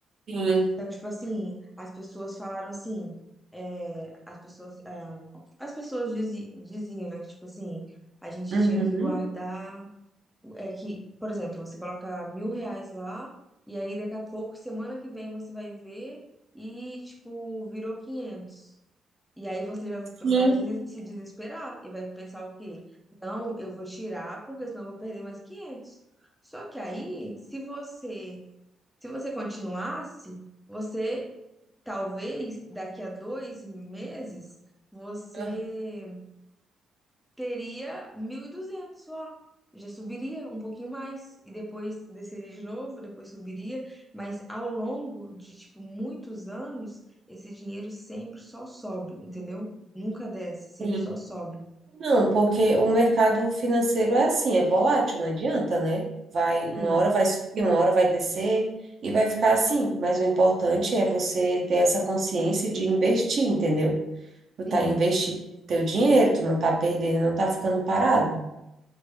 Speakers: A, on the right (about 55°); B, in the centre.
A: Sim.
B: Então, tipo assim, as pessoas falaram assim, é, as pessoas, é, as pessoas dizi- diziam, né, que, tipo assim, a gente
A: Uhum.
B: tinha que guardar é que, por exemplo, você coloca mil reais lá, e aí daqui a pouco, semana que vem, você vai ver e, tipo, virou quinhentos E aí você já
A: Sim.
B: vai des- se desesperar e vai pensar o quê? Não, eu vou tirar porque senão eu vou perder mais quinhentos Só que aí, se você, se você continuasse, você talvez daqui a dois meses, você
A: Ah,
B: teria 1.200 lá. Já subiria um pouquinho mais e depois desceria de novo, depois subiria, mas ao longo de tipo muitos anos, esse dinheiro sempre só sobe, entendeu? Nunca desce, sempre
A: Sim.
B: só sobe.
A: Não, porque o mercado financeiro é assim, é volátil, não adianta, né? Vai, uma
B: Sim,
A: hora vai subir, uma hora vai descer e vai ficar assim. Mas o importante é você ter essa consciência de investir, entendeu? Tu tá
B: sim.
A: investindo teu dinheiro, tu não tá perdendo, não tá ficando parado.